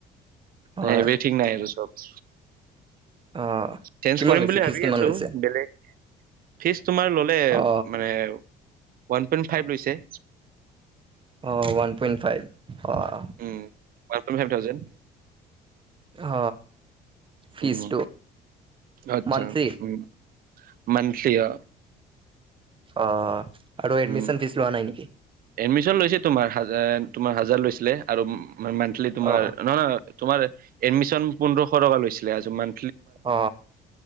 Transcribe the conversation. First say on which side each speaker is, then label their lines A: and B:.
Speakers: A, on the right; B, on the right.
A: ন
B: হয়
A: এবিঠিং আৰু চব।
B: অ
A: চেঞ্জ
B: কিমান
A: কৰিম
B: লৈছে
A: বুলি
B: ফিজ
A: ভাবি
B: কিমান
A: আছো
B: লৈছে
A: বেলেগ। ফিচ তোমাৰ ল'লে
B: অ
A: মানে ওৱান পইণ্ট ফাইভ লৈছে।
B: অঁ ওৱান পইণ্ট ফাইভ অঁ।
A: উম ওৱান প‌ইন্ট ফাইভ থাউজেণ্ড।
B: অ। ফিজটো
A: উম আচ্ছা
B: মান্থলি
A: উম মানসিয়া।
B: অ আৰু এডমিচন
A: উম
B: ফিজ লোৱা নাই নেকি।
A: এডমিশন লৈছে তোমাৰ হাজ তোমাৰ হাজাৰ লৈছিলে আৰু মান্থলি তোমাৰ
B: অ
A: নহয় নহ। তোমাৰ এডমিশন পোন্ধৰশ টকা লৈছিলে আজমান।
B: অ